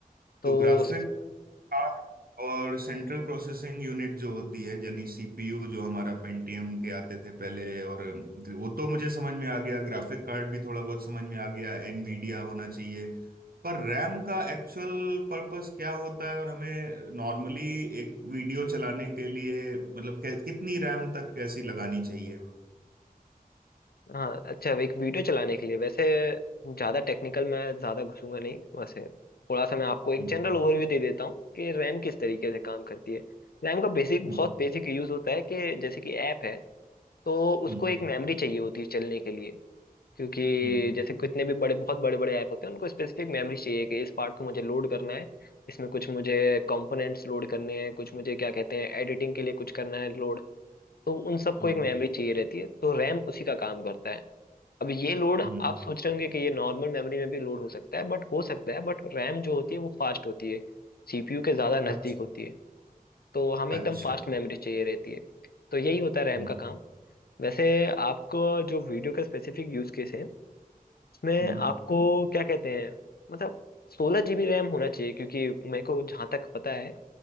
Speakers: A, on the left (about 85°); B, on the right (about 75°).
A: तो
B: तो ग्राफिक कार्ड और सेंट्रल प्रोसेसिंग यूनिट जो होती है यानी सीपीयू जो हमारा पेंटियम के आते थे पहले और वो तो मुझे समझ में आ गया ग्राफिक कार्ड भी थोड़ा बहुत समझ में आ गया एनवीडिया होना चाहिए पर रैम का एक्चुअल पर्पस क्या होता है और हमें नॉर्मली एक वीडियो चलाने के लिए मतलब कै- कितनी रैम तक कैसी लगानी चाहिए
A: हाँ अच्छा एक वीडियो चलाने के लिए वैसे ज़्यादा टेक्निकल मैं ज़्यादा घुसूंगा नहीं वैसे थोड़ा सा मैं आपको एक
B: हम्म
A: जनरल ओवरव्यू दे देता हूँ कि रैम किस तरीके से काम करती है रैम का बेसिक
B: हम्म
A: बहुत बेसिक यूज़ होता है कि जैसे कि ऐप है तो उसको
B: हम्म
A: एक मेमोरी चाहिए होती है चलने के लिए क्योंकि
B: हम्म
A: जैसे कितने भी बड़े बहुत बड़े बड़े ऐप होते हैं उनको स्पेसिफिक मेमोरी चाहिए कि इस पार्ट को मुझे लोड करना है इसमें कुछ मुझे कंपोनेंट्स लोड करने हैं कुछ मुझे क्या कहते हैं एडिटिंग के लिए कुछ करना है लोड तो उन सबको
B: हम्म,
A: एक मेमोरी चाहिए रहती है तो रैम उसी का काम करता है अब ये लोड
B: हम्म,
A: आप सोच रहे होंगे कि ये नॉर्मल मेमोरी में भी लोड हो सकता है बट हो सकता है बट रैम जो होती है वो फास्ट होती है सीपीयू के ज़्यादा नज़दीक
B: अच्छा
A: होती है तो हमें
B: अच्छा
A: एकदम फास्ट मेमोरी चाहिए रहती है तो यही होता है रैम
B: हम्म
A: का काम वैसे आपको जो वीडियो का स्पेसिफिक यूज़ केस है उसमें
B: हम्म
A: आपको क्या कहते हैं मतलब सोलह जीबी रैम होना चाहिए क्योंकि मेरे को जहाँ तक पता है